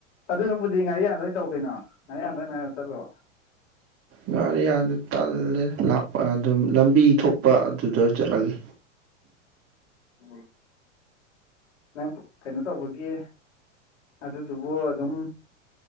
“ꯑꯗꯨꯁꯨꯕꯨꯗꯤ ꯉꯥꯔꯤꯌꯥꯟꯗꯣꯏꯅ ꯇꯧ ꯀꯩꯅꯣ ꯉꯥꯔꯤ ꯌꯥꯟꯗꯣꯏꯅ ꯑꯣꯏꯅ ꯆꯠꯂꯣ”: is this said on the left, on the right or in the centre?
Left